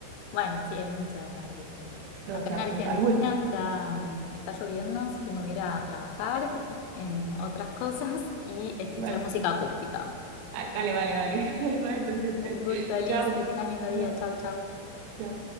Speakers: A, on the left; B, on the right.
A: Bueno, sí, hay mucho de marketing.
B: Total,
A: Acá en Argentina
B: total. Bueno,
A: está, mm, está lloviendo, así que me voy a ir a trabajar en otras cosas y escuchar
B: vale,
A: música acústica.
B: vale, vale, vale. <laughs> Vale, entonces,
A: Un
B: eh,
A: gusto, Liz.
B: chao.
A: Que tengas lindo
B: Va,
A: día. Chau, chau.
B: Chao.